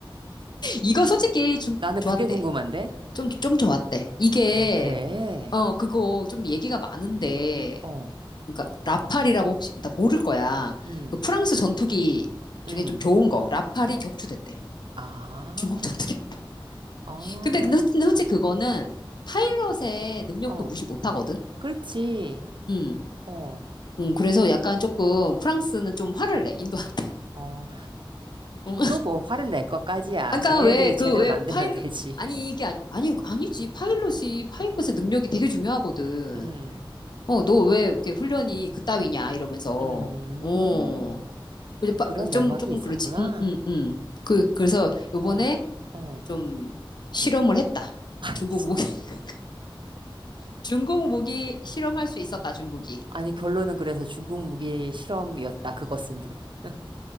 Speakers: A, on the left (about 55°); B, on the right (about 65°).
A: 이거 솔직히 좀
B: 나는
A: 좋았대.
B: 그게 궁금한데?
A: 좀, 좀 좋았대. 이게,
B: 아, 그래?
A: 어, 그거 좀 얘기가 많은데,
B: 어,
A: 그러니까 라팔이라고 혹시 나 모를 거야.
B: 음,
A: 그 프랑스 전투기
B: 음.
A: 중에 좀 좋은 거 라팔이 격추됐대.
B: 아,
A: 중국 전투기. <laughs>
B: 어,
A: 근데 근데 솔- 근데 솔직히 그거는 파일럿의 능력도
B: 어.
A: 무시 못 하거든.
B: 그렇지.
A: 음.
B: 어,
A: 음, 그래서 약간 조금 프랑스는 좀 화를 내, 인도한테.
B: 어.
A: <laughs> 음.
B: 또 뭐 화를 낼 것까지야.
A: 아까
B: 자기네들이
A: 왜, 그,
B: 제대로
A: 왜
B: 만들면
A: 파일럿,
B: 되지.
A: 아니, 이게 아니, 아니, 아니지. 파일럿이, 파일럿의
B: <laughs> 음,
A: 능력이 되게 중요하거든.
B: 음,
A: 어, 너 왜 이렇게 훈련이 그따위냐, 이러면서.
B: 음.
A: 어. 이제
B: 또
A: 바-
B: 그런 내막이
A: 좀, 조금
B: 있었구나.
A: 그렇지. 응, 응, 응. 그, 그래서 요번에
B: 어, 어.
A: 좀 실험을 했다.
B: <laughs> 아니,
A: 중국
B: 진-
A: 무기. <laughs> 중국 무기 실험할 수 있었다, 중국이.
B: 아니, 결론은 그래서 중국 무기 실험이었다, 그것은. <laughs>